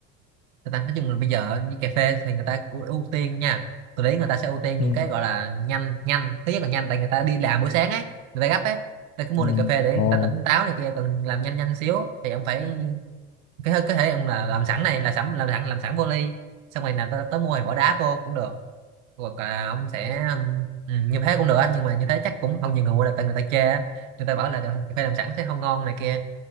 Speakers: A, on the right; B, on the left.
A: người ta nói chung là bây giờ như cà phê thì người ta ưu ưu tiên nha tôi thấy người ta sẽ ưu tiên những
B: ừ.
A: cái gọi là nhanh nhanh thứ nhất là nhanh tại người ta đi làm buổi sáng ấy người ta gấp ấy người ta cứ mua
B: Ừ.
A: ly cà phê để
B: Ồ.
A: người ta tỉnh táo này kia cần làm nhanh nhanh xíu thì ông phải cái hơi- có thể ông là làm sẵn này là sẵn làm sẵn làm sẵn vô ly xong rồi là tới, tới mua thì bỏ đá vô cũng được hoặc là ông sẽ ừm, ừ, như thế cũng được á nhưng mà như thế chắc cũng không nhiều người mua được tại người ta chê á. người ta bảo là cà phê làm sẵn sẽ không ngon này kia